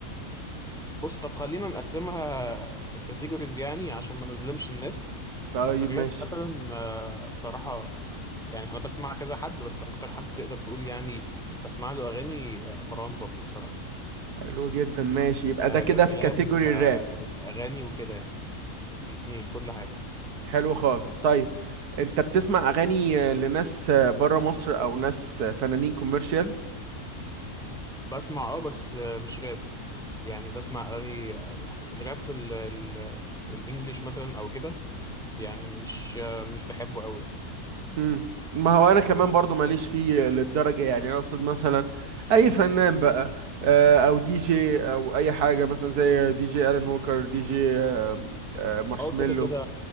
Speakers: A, in the centre; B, on the right (about 85°).
A: بص طب خلينا نقسمها كاتيجوريز يعني عشان ما نظلمش الناس
B: طيب
A: ففي الراب
B: ماشي
A: مثلا آه، بصراحة يعني أنا بسمع كذا حد بس أكتر حد تقدر تقول يعني بسمع له أغاني آه، مروان بابلو بصراحة
B: حلو جدا ماشي يبقى
A: ك-
B: ده كده
A: ككلام
B: في كاتيجوري
A: وكأغاني
B: الراب
A: وكده يعني الاتنين كل حاجة
B: حلو خالص طيب انت بتسمع اغاني آه، لناس آه، بره مصر او ناس آه، فنانين كوميرشال
A: بسمع أه بس آه، مش راب يعني بسمع أغاني آه، يعني الراب ال- ال- الإنجليش مثلا أو كده يعني مش آه، مش بحبه أوي
B: امم ما هو انا كمان برضو ماليش فيه للدرجة يعني انا اقصد مثلا اي فنان بقى آه، او دي جي او اي حاجة مثلا زي دي جي الان ووكر دي جي آه، آه، مارشميلو
A: أه كده كده